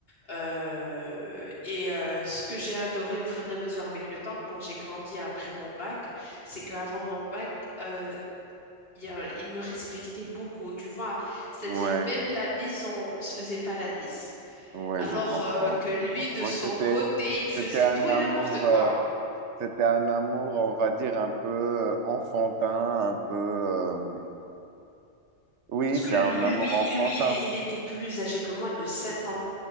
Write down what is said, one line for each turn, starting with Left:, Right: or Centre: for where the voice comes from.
Left: Euh, et euh, ce que j'ai adoré au fur et à mesure avec le temps, quand j'ai grandi après mon bac, c'est qu'avant mon bac, euh, il, euh, il me respectait beaucoup, tu vois. C'est-à-dire,
Right: ouais
Left: même la bise, on, on se faisait pas la bise.
Right: Ouais,
Left: Alors
Right: je comprends,
Left: euh, que lui,
Right: je comprends.
Left: de son
Right: C'était,
Left: côté, il faisait
Right: c'était un
Left: tout et
Right: amour,
Left: n'importe quoi.
Right: euh, c'était un amour, on va dire un peu euh, enfantin, un peu. euh, oui,
Left: Parce que
Right: c'est
Left: lu-
Right: un amour
Left: lui,
Right: enfantin.
Left: lui, il, est- il était plus âgé que moi de 7 ans.